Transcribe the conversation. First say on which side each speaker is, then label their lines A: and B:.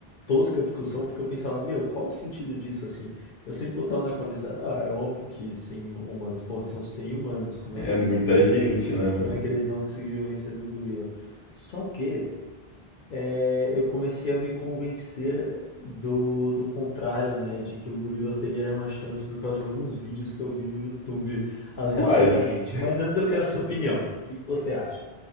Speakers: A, on the left; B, on the left.
A: tosca a discussão, porque eu pensava, meu, qual o sentido disso, assim? Eu sempre botava na cabeça, ah, é óbvio que 100 humanos, porra, são 100 humanos, como
B: É
A: é que eles
B: muita
A: venceriam,
B: gente, né, mano?
A: como é que eles não conseguiriam vencer de um gorila? Só que eh, eu comecei a me convencer do, do contrário, né, de que o gorila teria uma chance por causa de alguns vídeos que eu vi no YouTube <laughs> aleatoriamente.
B: Quais?
A: Mas antes eu quero a sua opinião, o que que você acha?